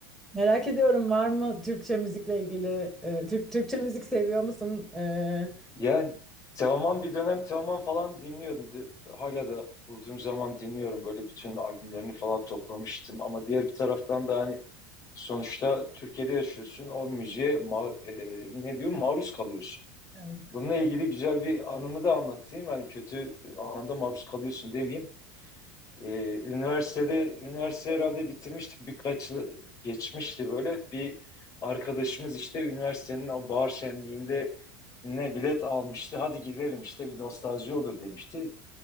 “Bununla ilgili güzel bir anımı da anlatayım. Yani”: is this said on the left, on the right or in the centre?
Left